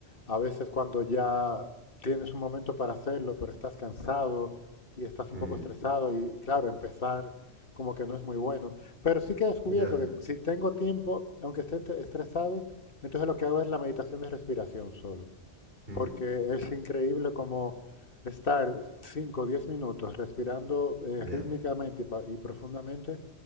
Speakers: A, on the left (about 55°); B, on the right (about 55°).
A: a veces cuando ya tienes un momento para hacerlo, pero estás cansado y estás un
B: mm.
A: poco estresado y claro, empezar como que no es muy bueno. Pero sí que he descubierto
B: Ya,
A: que si tengo tiempo, aunque esté entre- estresado, entonces lo que hago es la meditación de respiración solo.
B: Mm,
A: Porque es increíble como estar 5 o 10 minutos respirando eh,
B: ya,
A: rítmicamente y, pa- y profundamente,